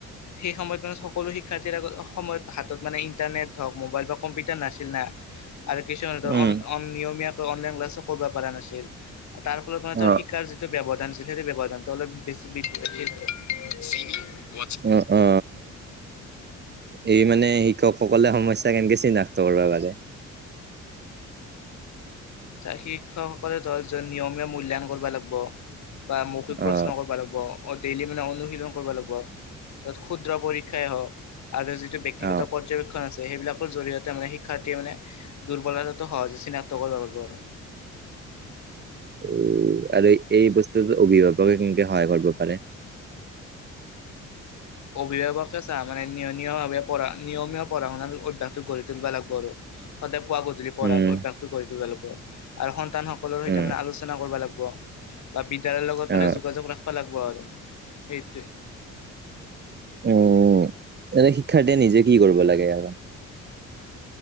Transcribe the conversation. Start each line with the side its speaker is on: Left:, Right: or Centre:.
Left: সেই সময়ত মানে সকলো শিক- শিক্ষাৰ্থীৰ আগত সময়ত হাতত মানে ইণ্টাৰনেট হওক মোবাইল বা কম্পিউটাৰ নাছিল না আৰু কিছুমানে ধৰ
Right: উম
Left: অন অন নিয়মীয়াকৈ অনলাইন ক্লাছো কৰিব পৰা নাছিল তাৰ ফলত মানে
Right: অ
Left: ধৰ শিক্ষাৰ যিটো ব্যৱধান আছিল সেইটো ব্যৱধানতটো অলপ বছি বৃদ্ধি আছিল আৰ। চিনি ৱাচ
Right: অ অ এই মানে শিক্ষকসকলে সমস্যা কেনেকে চিনাক্ত কৰিব পাৰে।
Left: যাক শিক্ষকসকলে ধৰ নিয়মীয়া মূল্যায়ন কৰিব লাগব। বা মৌখিক প্ৰশ্ন
Right: অ
Left: কৰিব লাগব, অ ডেইলি মানে অনু- শীলন কৰব লাগিব, ত ক্ষুদ্ৰ পৰীক্ষাই হওক আৰু যিটো বক্তিগত
Right: অ
Left: পৰ্যবেক্ষণ আছ- সেইবিলাকৰ জৰিয়তে মানে শিক্ষাৰ্থীয়ে মানে দুৰ্বলতাটো সহজে চিনাক্ত কৰিব পাৰিব। আৰু।
Right: উ আৰু এই বস্তুত অভিভাৱকে কিংঙ্কে সহায় কৰিবা পাৰে।
Left: অভিভাৱকে চা মানে নিয়মীয়ভাৱ নিয়মীয়া পঢ়া শুণাটো অভ্যাসটো গঢ়ি তুলিব লাগিব আৰু। সদায় পুৱা গধূলি পঢ়াৰ
Right: উম
Left: অভ্যাস টো কৰি গঢ়ি তুলিব লাগিব আৰু সন্তান সকলৰ সৈতে
Right: উম
Left: মানে আলোচনা কৰিব লাগ- ব বা বিদ্যয়ালয়ৰ লগত মানে
Right: অ
Left: যোগাযোগ ৰাখিব লাগিব আৰু সেইটোৱে।
Right: উম এ শিক্ষাৰ্থীয়ে নিজে কি কৰিব লাগে?